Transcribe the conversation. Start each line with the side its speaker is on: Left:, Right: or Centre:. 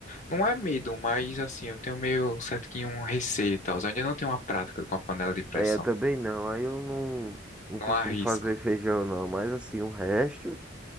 Left: Não é medo, mas assim, eu tenho meio certo que um receio e tal. Eu ainda não tenho uma prática com a panela de pressão.
Centre: É, eu também não. Aí eu não, não
Left: Não
Centre: costumo
Left: arrisco.
Centre: fazer feijão, não. Mas assim, o resto.